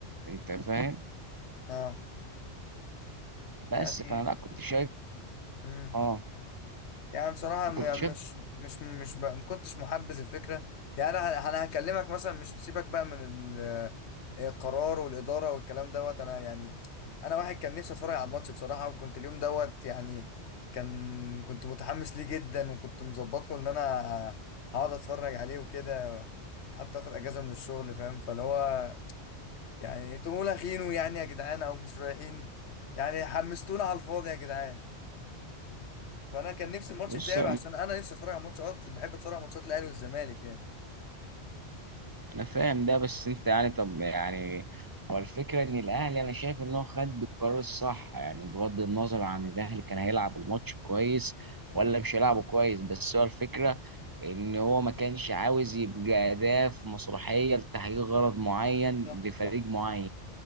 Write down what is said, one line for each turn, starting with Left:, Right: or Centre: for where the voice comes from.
Right: انت فاهم
Left: اه
Right: بس
Left: يعني
Right: فانا لا كنت شايف
Left: مم.
Right: اه
Left: يعني بصراحة
Right: انا
Left: م-
Right: كنت
Left: يعني
Right: شايف
Left: مش مش مش بقى ما كنتش محبذ الفكرة يعني أنا ه- أنا هكلمك مثلا مش سيبك بقى من ال- آه، القرار والإدارة والكلام دوت أنا يعني أنا واحد كان نفسي أتفرج على الماتش بصراحة وكنت اليوم دوت يعني كان كنت متحمس ليه جدا وكنت مظبط له إن أنا هقعد أتفرج عليه وكده كنت حتى آخد أجازة من الشغل فاهم فاللي هو يعني أنتوا مولاخينه يعني يا جدعان أو مش رايحين يعني حمستونا على الفاضي يا جدعان فانا كان نفسي الماتش
Right: بص
Left: يتلعب عشان انا نفسي اتفرج على ماتشات بحب اتفرج على ماتشات الاهلي والزمالك يعني
Right: انا فاهم ده بس انت يعني طب يعني هو الفكره ان الاهلي انا شايف ان هو خد القرار الصح يعني بغض النظر عن الاهلي كان هيلعب الماتش كويس ولا مش هيلعبه كويس بس هو الفكره ان هو ما كانش عاوز يبقى اداه في مسرحيه لتحقيق غرض معين
Left: صح
Right: لفريق
Left: صح
Right: معين